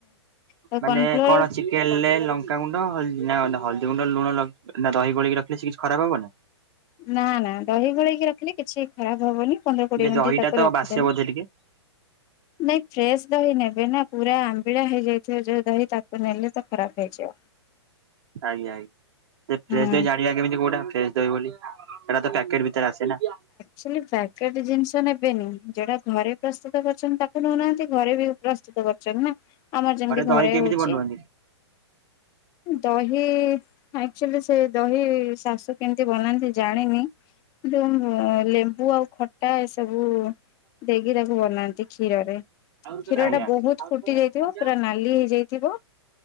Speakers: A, on the left (about 25°); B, on the right (about 60°).
A: ତ
B: ମାନେ
A: କର୍ଣଫ୍ଲୋର
B: କଣ ଚି କେଲେ ଲଙ୍କାଗୁଣ୍ଡ ହ ହଳଦୀ ଗୁଣ୍ଡ ଲୁଣ ନା ଦହି ଗୋଳେଇ କି ରଖିଲେ ସେ କିଛି ଖରାପ ହବନି?
A: ନା ନା ଦହି ଗୋଳେଇକି ରଖିଲେ କିଛି ଖରାପ ହବନି ପନ୍ଦର କୋଡିଏ
B: ଯେ ଦହିଟା
A: ମିନିଟ୍ ତାକୁ
B: ତ
A: ରଖିଦେବେ।
B: ବାସେ ବୋଧେ ଟିକେ
A: ନାଇଁ ଫ୍ରେଶ ଦହି ନେ ବିନା ପୁରା ଆମ୍ବିଳା ହେଇଯାଇଥିବ ଯୋଉ ଦହି ତାକୁ ନେଲେ ତ ଖରାପ ହେଇଯିବ।
B: ଆଜ୍ଞା ଆଜ୍ଞା
A: ହୁଁ
B: ଫ୍ରେଶ ଦହି ଜାଣିବା କେମିତି କୋଉଟା ଫ୍ରେଶ ଦହି ବୋଲି। ସେଟା ତ ପ୍ୟାକେଟ ଭିତରେ ଆସେ ନା।
A: ଚଲି ପ୍ୟାକେଟ ଜିନିଷ ନେବେନି ଯୋଉଟା ଘରେ ପ୍ରସ୍ତୁତ କରୁଛନ୍ତି ତାକୁ ନେଉନାହାନ୍ତି ଘରେ ବି ପ୍ରସ୍ତୁତ କରୁଛନ୍ତି ନା ଆମର ଯେମିତି
B: ଦହି
A: ଘରେ
B: କେମିତି
A: ହଉଚି।
B: ବନୁଅନ୍ତି?
A: ଦହି ଆକ୍ଚୁଆଲି ସେ ଦହି ଶାଶୁ କେମିତି ବନାନ୍ତି ଜାଣିନି। ଯୋଉ ଲେମ୍ବୁ ଆଉ ଖ ଟା ଏସବୁ ଦେଇକି ତାକୁ ବନାନ୍ତି କ୍ଷୀରରେ।
B: ଆଜ୍ଞା।
A: କ୍ଷୀର
B: ଆଜ୍ଞା
A: ଟା ବହୁତ
B: ଆଜ୍ଞା
A: ଫୁଟି ଯାଇଥିବ ପୁରା ନାଲି ହେଇଯାଇଥିବ।